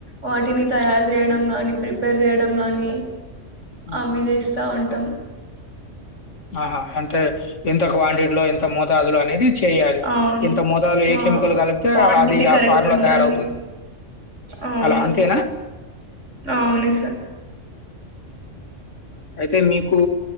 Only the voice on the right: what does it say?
వాటిని తయారు చేయడం ని ప్రిపేర్ చేయడం గాని
అవి చేస్తా ఉంటాం
అవును.
ఆ!
క్వాంటిటీ
కరెక్ట్
ఉండాలి.
అవును
అవును సార్